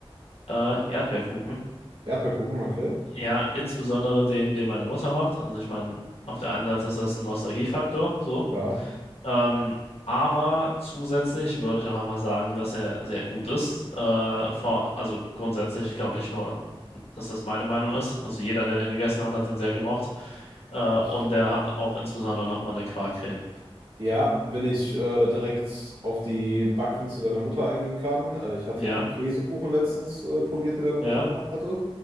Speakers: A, on the left (about 90°); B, on the right (about 60°).
A: äh, Erdbeerkuchen.
B: Erdbeerkuchen, okay.
A: Ja, insbesondere den, den meine Mutter macht. Also ich meine, auf der einen Seite ist das ein Nostalgiefaktor, so.
B: Klar.
A: Ähm, aber zusätzlich würde ich auch einfach sagen, dass er sehr gut ist. Äh, vor, also grundsätzlich, ich glaube nicht nur, dass das meine Meinung ist. Also jeder, der den gegessen hat, hat den sehr gemocht. Äh,
B: Ich
A: und der hat auch insbesondere nochmal eine Quarkcreme.
B: Ja, wenn ich äh, direkt auf die Backkünste deiner Mutter eingehen kann. Äh, ich hatte
A: Ja,
B: den Käsekuchen letztens äh, probiert, den deine
A: ja.
B: Mutter gemacht hatte